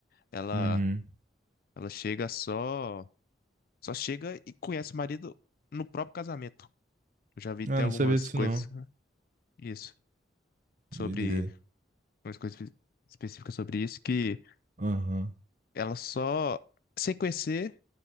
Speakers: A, on the left; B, on the right.
A: Ela,
B: Uhum.
A: ela chega só, só chega e conhece o marido no próprio casamento. Eu já vi até
B: Ah, não
A: algumas
B: sabia disso
A: coisas,
B: não.
A: isso, sobre,
B: Doideira.
A: algumas coisas específicas sobre isso que
B: Aham.
A: Ela só, sem conhecer